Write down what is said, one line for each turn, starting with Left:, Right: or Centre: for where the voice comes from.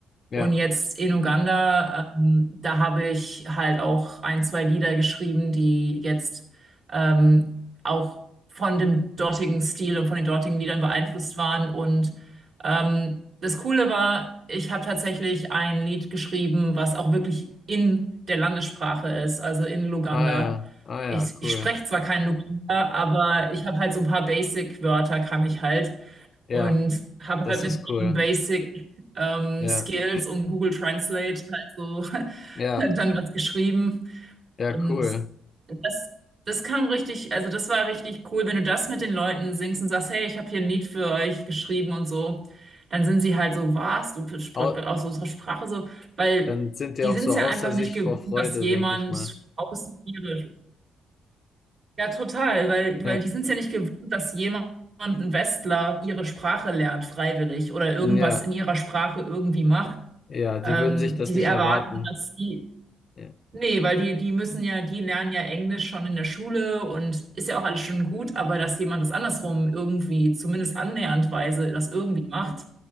Left: Ja.
Right: Und jetzt in Uganda, ähm, da habe ich halt auch ein, zwei Lieder geschrieben, die jetzt ähm, auch von dem dortigen Stil und von den dortigen Liedern beeinflusst waren. Und ähm, das Coole war, ich habe tatsächlich ein Lied geschrieben, was auch wirklich in der Landessprache ist, also in Luganda.
Left: Ah ja, ah
Right: Ich,
Left: ja, cool.
Right: ich spreche zwar kein Luganda, aber ich habe halt so ein paar Basic-Wörter, kann ich halt.
Left: Ja.
Right: Und habe
Left: Das
Right: halt mit
Left: ist cool.
Right: den Basic ähm,
Left: Ja,
Right: Skills und Google Translate halt so <laughs>
Left: ja,
Right: dann was geschrieben.
Left: ja,
Right: Und
Left: cool.
Right: das, das kam richtig, also das war richtig cool, wenn du das mit den Leuten singst und sagst, hey, ich habe hier ein Lied für euch geschrieben und so, dann sind sie halt so, was, du spr-
Left: Au
Right: aus unserer Sprache so, weil
Left: dann sind die
Right: die
Left: auch
Right: sind
Left: so
Right: es ja
Left: außer
Right: einfach
Left: sich
Right: nicht gewöhnt,
Left: vor Freude,
Right: dass jemand
Left: denke ich mal.
Right: außen ihre ja, total, weil,
Left: Ja,
Right: weil die sind es ja nicht gewohnt, dass jemand, ein Westler, ihre Sprache lernt, freiwillig oder irgendwas
Left: ja,
Right: in ihrer Sprache irgendwie macht.
Left: ja, die
Right: Ähm,
Left: würden sich das
Right: die
Left: nicht
Right: erwarten,
Left: erwarten.
Right: dass sie,
Left: Ja,
Right: nee, weil die, die müssen ja, die lernen ja Englisch schon in der Schule und ist ja auch alles schon gut, aber dass jemand das andersrum irgendwie, zumindest annäherndweise, das irgendwie macht,